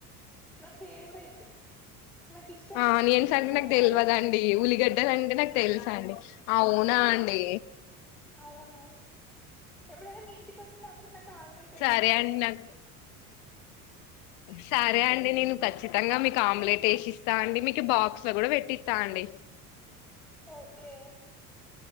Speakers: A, in the centre; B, on the left.
A: నా ఫేవరెట్ నాకు ఇష్టమైన
B: ఆనియన్స్ అంటే నాకు
A: ఆహారం
B: తెల్వదండి ఉల్లిగడ్డలు అంటే నాకు తెలుసా అండి అవునా అండి
A: అవును ఎప్పుడైనా మీ ఇంటికి వచ్చినప్ పునక్ కమ్లెట్ ఎయ్యండి
B: సరే అండి నాకు సరే అండి నేను ఖచ్చితంగా మీకు ఆమ్లెట్ ఏసిస్తా అండి మీకు బాక్స్లో కూడా పెట్టిస్తా అండి
A: ఓకే